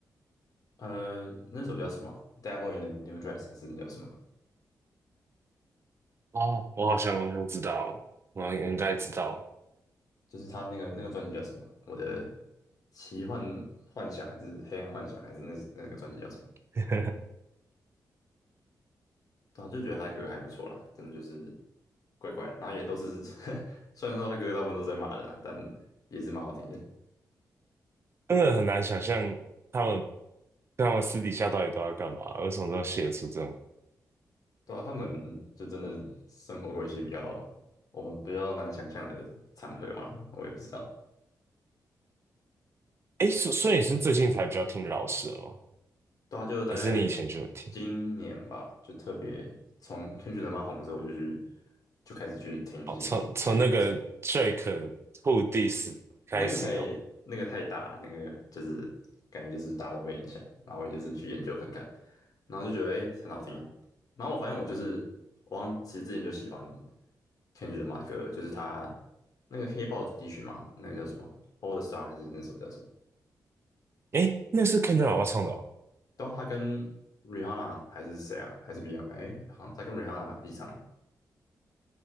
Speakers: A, on the left; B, on the right.
A: 呃，那首叫什么？Devil in the New Dress 还是叫什么？
B: 哦，我好像我好像知道，我应该知道，
A: 就是他那个那个专辑叫什么？我的奇幻幻想还是黑暗幻想还是那那个专辑叫什么？
B: <laughs>
A: 对啊，就觉得他的歌还不错啦，真的就是怪怪的，然后也都是 <laughs> 虽然说他歌大部分都在骂人啦，但也是蛮好听的。
B: 真的很难想象。他但我私底下到底都在干嘛？为什么都要写出这种？
A: 对啊，他们就真的生活过一些比较我们比较难想象的场合嘛，我也不知道。
B: 哎，所所以你是最近才比较听饶舌吗？
A: 对啊，就大概
B: 还是你以前就有听？
A: 今年吧，就特别从《天气人妈》红之后，我就去就开始去听这些别人歌手。
B: 哦，从从那个 Drake Who Dis 开始哦。
A: 那个太那个太大，那个就是感觉就是大家都被影响，然后我也就是去研究看看，然后就觉得哎、诶很好听啊。然后我发现我就是我好像其实之前就喜欢《天气人妈》的歌，就是他那个黑豹主题曲嘛，那个叫什么《All the Star》还是那首叫什么？
B: 哎，那是 Kendrick 老爸唱的哦。
A: 对啊，他跟 Rihanna 还是谁啊？还是 Beyond？哎、好像他跟 Rihanna 一起唱了。